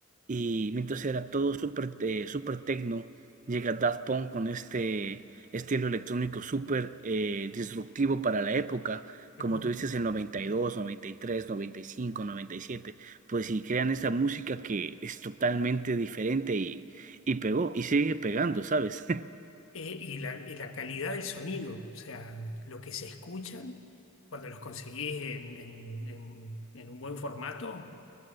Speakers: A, on the right; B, on the left.
A: y mientras era todo súper eh, súper tecno, llega Daft Punk con este estilo electrónico súper eh, disruptivo para la época
B: Ujú.
A: como tú dices, el 92, 93, 95, 97, pues si crean esa música que es totalmente diferente y, y pegó, y sigue pegando, ¿sabes? <laughs>
B: Eh, y la, y la calidad del sonido, o sea, lo que se escuchan cuando los conseguís en, en- en- en un buen formato